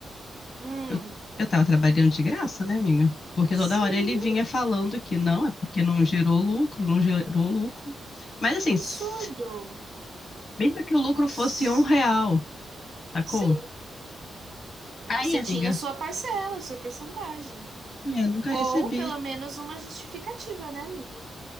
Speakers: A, on the right (about 50°); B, on the left (about 40°).
A: Hum.
B: Eu, eu tava trabalhando de graça, né, amiga? Porque
A: Sim,
B: toda hora ele vinha falando que não, é porque não gerou lucro, não gerou lucro. Mas assim,
A: que absurdo.
B: s- mesmo que o lucro
A: Nossa.
B: fosse um real, sacou?
A: Sim,
B: Aí,
A: você
B: amiga,
A: tinha a sua parcela, a sua porcentagem.
B: é, nunca
A: Ou
B: recebi,
A: pelo menos uma justificativa, né, amiga?